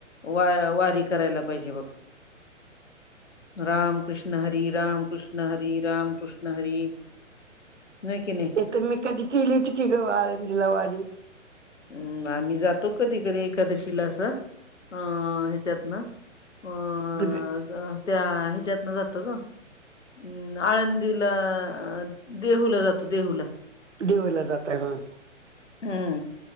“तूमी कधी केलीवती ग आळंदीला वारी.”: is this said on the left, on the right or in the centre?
Right